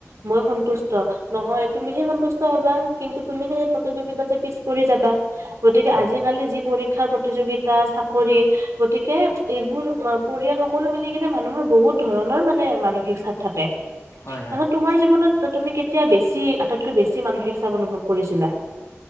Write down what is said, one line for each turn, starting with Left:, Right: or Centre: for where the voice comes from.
Right: মই সন্তুষ্ট। নহয়, তুমিহে সন্তুষ্ট হ'বা। কিন্তু, তুমি যে প্ৰতিযোগিতা যে পিছ পৰি যাবা। গতিকে,
Left: হয়
Right: আজিকালি যি পৰী ক্ষাৰ প্ৰতিযোগিতা, চাকৰি। গতিকে, এইবোৰ পৰিয়াল সকলো মিলি কিনে, মানুহৰ বহুত ধৰণৰ মানে, মানসিক চাপ থাকে।
Left: হয় হয়
Right: অ' তোমাৰ জীৱনত ত' তুমি কেতিয়া বেছি, আটাইতকৈ বেছি মানসিক চাপ অনুভৱ কৰিছিলা?